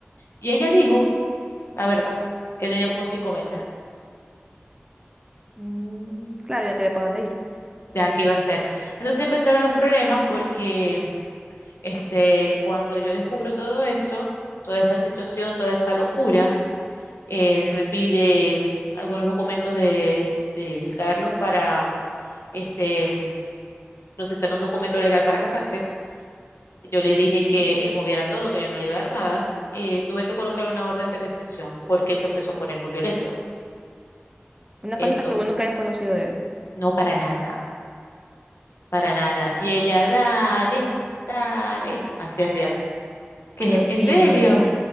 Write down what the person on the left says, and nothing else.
Y ella dijo, la verdad, que tenía como cinco meses.
Ya, ¿qué iba a hacer? Entonces empezaron los problemas porque mm, este, cuando yo descubro todo eso, toda esa situación, toda esa locura, él me pide mm, algunos documentos de, del Carlos para este, mm, procesar un documento legal para casarse. Yo le dije que él moviera todo, que yo no le iba a dar nada. Eh, tuve que colocar una orden de restricción porque él se empezó a poner muy violento.
Esto,
no para nada, para nada. Y ella, dale, dale, así así. ¿Qué?
¿En serio?